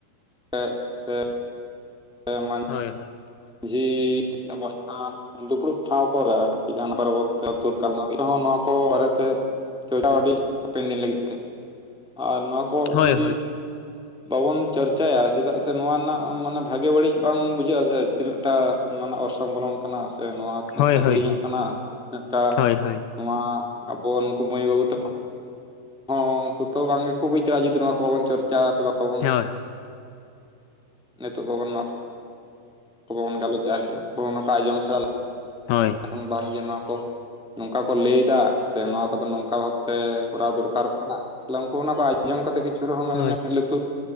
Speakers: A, in the centre; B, on the left.
A: ᱛᱮᱜ ᱥᱮ <unintelligible>
B: ᱦᱳᱭ ᱦᱳᱭ
A: ᱡᱷᱤᱻᱻ ᱟᱵᱚᱣᱟᱜ ᱛᱟᱝ ᱫᱩᱯᱲᱩᱵ ᱴᱷᱟᱶ ᱠᱚᱨᱮ ᱟᱨᱠᱤ ᱜᱟᱱ ᱯᱟᱨᱵᱚᱛ ᱛᱮ ᱟᱹᱛᱩ ᱜᱟᱞᱢᱟᱨᱟᱣ ᱱᱚᱣᱟ ᱠᱚ ᱵᱟᱨᱮᱛᱮ ᱪᱟᱞᱟᱣ ᱟᱹᱰᱤ ᱦᱟᱯᱮᱱ ᱫᱤᱱ ᱞᱟᱹᱜᱤᱫ ᱛᱮ ᱟᱨ ᱱᱚᱣᱟ ᱠᱚ
B: ᱦᱳᱭ
A: ᱡᱩᱫᱤ ᱵᱟᱵᱚᱱ ᱪᱟᱨᱪᱟᱭᱟ ᱪᱮᱫᱟᱜ ᱥᱮ ᱱᱚᱣᱟ ᱨᱮᱱᱟᱜ ᱢᱟᱱᱮ ᱵᱷᱟᱜᱮ ᱵᱟᱹᱲᱤᱡ ᱵᱟᱝ ᱵᱩᱡᱷᱟᱹᱜ-ᱟ ᱥᱮ ᱛᱤᱱᱟᱹᱜ ᱴᱟ ᱢᱟᱱᱮ ᱚᱨᱥᱚᱝ ᱵᱚᱞᱚᱱ ᱠᱟᱱᱟ ᱥᱮ ᱱᱚᱣᱟ ᱛᱤᱱᱟᱹᱜ
B: ᱦᱳᱭ
A: ᱴᱟᱜ
B: ᱦᱳᱭ ᱦᱳᱭ
A: ᱦᱤᱲᱤᱧᱚᱜ ᱠᱟᱱᱟ ᱥᱮ ᱛᱤᱱᱟᱹᱜ ᱴᱟᱜ
B: ᱦᱳᱭ ᱦᱳᱭ
A: ᱱᱚᱣᱟ ᱟᱵᱚ ᱱᱩᱠᱩ ᱢᱟᱹᱭ ᱵᱟᱹᱵᱩ ᱛᱟᱠᱚ ᱦᱳ ᱠᱩ ᱛᱚ ᱵᱟᱝᱜᱮᱠᱚ ᱵᱩᱡ ᱫᱟᱲᱮᱭᱟᱜ-ᱟ ᱡᱩᱫᱤ ᱱᱚᱣᱟ ᱠᱚ ᱵᱟᱵᱚᱱ ᱪᱚᱨᱪᱟ ᱥᱮ ᱵᱟᱵᱚᱱ
B: ᱦᱳᱭ
A: ᱱᱤᱛᱚᱜ ᱵᱟᱵᱚᱱ ᱱᱚᱣᱟ ᱠᱚ ᱵᱟᱵᱚᱱ ᱜᱟᱞᱚᱪ-ᱟ ᱟᱨᱠᱤ ᱩᱱᱠᱩ <unintelligible> ᱥᱮᱲᱟ
B: ᱦᱳᱭ
A: <unintelligible> ᱵᱟᱝᱜᱮ ᱱᱚᱣᱟ ᱠᱚ ᱱᱚᱝᱠᱟ ᱠᱚ ᱞᱟᱹᱭᱫᱟ ᱥᱮ ᱱᱚᱣᱟ ᱠᱚᱫᱚ ᱱᱚᱝᱠᱟ ᱵᱷᱟᱵᱛᱮ ᱠᱚᱨᱟᱣ ᱫᱚᱨᱠᱟᱨᱚᱜ ᱠᱟᱱᱟ ᱛᱟᱦᱞᱮ ᱩᱱᱠᱩ ᱠᱚ ᱟᱡᱚᱢ ᱠᱟᱛᱮ ᱠᱤᱪᱷᱩ ᱨᱮᱦᱚᱸ ᱢᱟᱱᱮ
B: ᱦᱳᱭ
A: ᱢᱮᱫ ᱞᱩᱛᱩᱨ